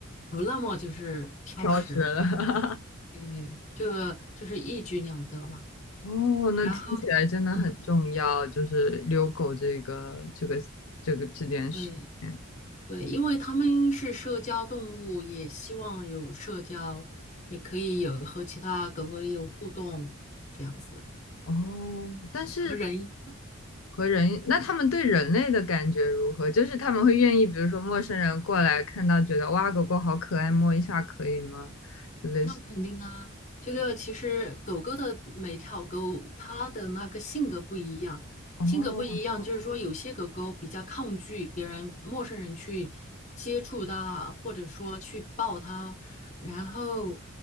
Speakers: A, on the left; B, on the left.
A: 不那么就是挑食，
B: 挑食了，<laughs>
A: 对，这个就是一举两得嘛，
B: 哦，那听起来真的很重要，
A: 然后。嗯。
B: 就是遛狗这个这个这个这件事情。
A: 对对，因为它们是社交动物，也希望有社交，也可以有和其他狗狗有互动，这样子
B: 哦，但是
A: 和人
B: 和人，那他们对人类的感觉如何？就是他们会愿意，比如说陌生人过来看到，觉得哇，狗狗好可爱，摸一下可以吗？就类似，
A: 那肯定啊，这个其实狗狗的每条狗它的那个性格不一样，
B: 哦
A: 性格不一样，就是说有些狗狗比较抗拒别人、陌生人去接触它，或者说去抱它。然后